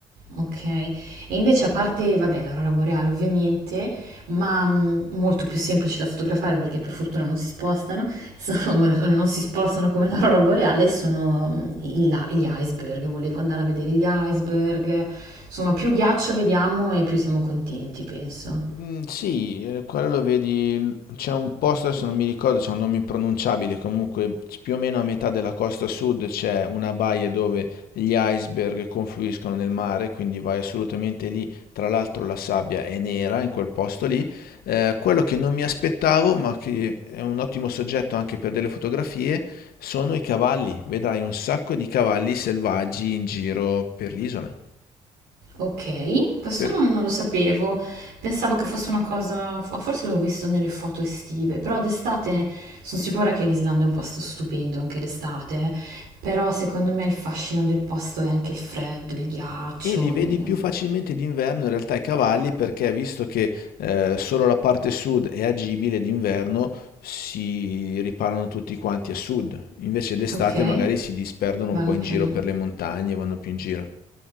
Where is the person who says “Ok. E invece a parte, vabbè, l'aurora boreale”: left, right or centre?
Right